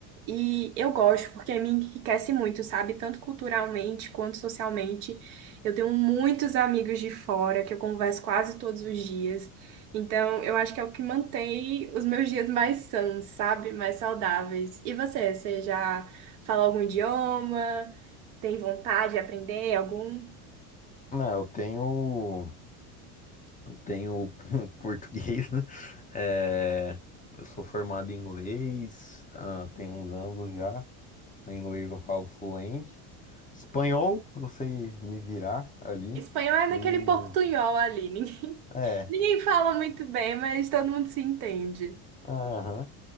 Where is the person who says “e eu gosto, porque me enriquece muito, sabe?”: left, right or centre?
Right